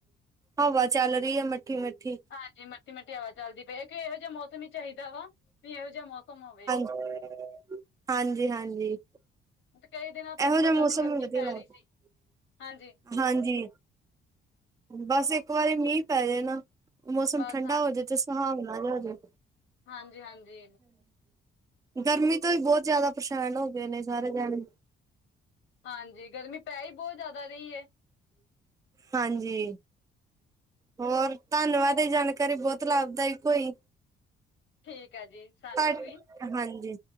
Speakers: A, on the right; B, on the left.
A: ਹਵਾ ਚੱਲ ਰੀਆ ਮਿੱਠੀ-ਮਿੱਠੀ।
B: ਹਾਂਜੀ ਮਿੱਠੀ-ਮਿੱਠੀ ਹਵਾ ਚੱਲਦੀ ਪਈ ਕਿ, ਇਹੋ ਜਿਹਾ ਮੌਸਮ ਹੀ ਚਾਈਦਾ ਵਾ, ਵੀ ਇਹੋ ਜਿਹਾ ਮੌਸਮ ਹੋਵੇ।
A: <inaudible> ਹਾਂਜੀ-ਹਾਂਜੀ।
B: ਤੇ ਕਈ ਦਿਨਾਂ ਤੋਂ
A: ਇਹੋ
B: ਜਿੱਦਾਂ
A: ਜਿਹਾ
B: ਜ਼ਿਆਦਾ
A: ਮੌਸਮ
B: ਗਰਮੀ
A: ਵਧੀਆ
B: ਪੈ
A: ਲੱਗਦਾ
B: ਰਈ ਸੀ, ਹਾਂਜੀ।
A: ਹਾਂਜੀ। ਬਸ ਇੱਕ ਵਾਰੀ ਮੀਂਹ ਪੈਜਾ, ਨਾ ਮੌਸਮ
B: ਬਸ
A: ਠੰਡਾ ਹੋਜੇ ਤੇ ਸੁਹਾਵਨਾ ਜਾ ਹੋਜੇ।
B: ਹਾਂਜੀ-ਹਾਂਜੀ।
A: ਗਰਮੀ ਤੋਂ ਵੀ ਬਹੁਤ ਜ਼ਿਆਦਾ ਪ੍ਰੇਸ਼ਾਨ ਹੋ ਗਏ ਨੇ ਸਾਰੇ ਜਾਣੇ।
B: ਹਾਂਜੀ, ਗਰਮੀ ਪੈ ਈ ਬਹੁਤ ਜ਼ਿਆਦਾ ਰੀ ਏ।
A: ਹਾਂਜੀ। ਹੋਰ, ਧੰਨਵਾਦ ਇਹ ਜਾਣਕਾਰੀ, ਬੋਤ ਲਾਭਦਾਇਕ ਹੋਈ।
B: ਠੀਕ ਐ ਜੀ। ਸਾਨੂੰ
A: <unintelligible>
B: ਵੀ
A: ਹਾਂਜੀ,